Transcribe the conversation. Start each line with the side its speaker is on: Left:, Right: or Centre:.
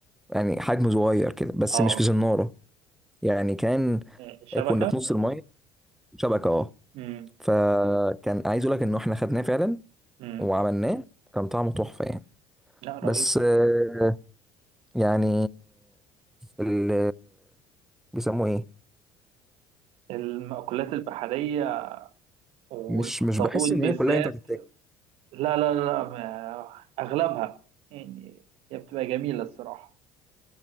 Centre: يعني حجمه صغير كده بس
Right: اه
Centre: مش في زناره يعني كان
Right: آه، شبكة
Centre: كنا في نص الميه شبكه اه
Right: مم.
Centre: فكان عايز اقول لك ان احنا خدناه فعلا
Right: مم.
Centre: وعملناه كان طعمه تحفه يعني
Right: لا رهيب
Centre: بس آه، يعني ال بيسموه ايه
Right: المأكولات البحرية والأخطبوط
Centre: مش مش بحس ان
Right: بالذات
Centre: هي كلها ينفع تتاكل
Right: لا لا لا ما- أغلبها يعني هي بتبقى جميلة الصراحة